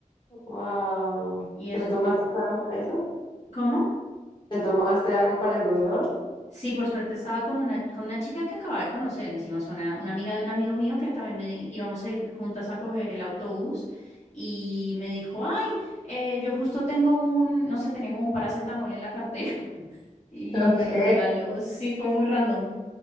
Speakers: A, on the left; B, on the left.
A: Wow.
B: Y
A: ¿Te
B: eso
A: tomaste
B: fue como...
A: algo por eso?
B: ¿Cómo?
A: ¿Te tomaste algo para el dolor?
B: Sí, por suerte estaba con una, con una chica que acababa de conocer encima, o sea, una, una amiga de un amigo mío que también me di- íbamos a ir juntas a coger el autobús y me dijo, ay, eh, yo justo tengo un, no sé, tenía como un paracetamol en la cartera <laughs> y
A: Ok.
B: me lo regaló, sí, fue muy random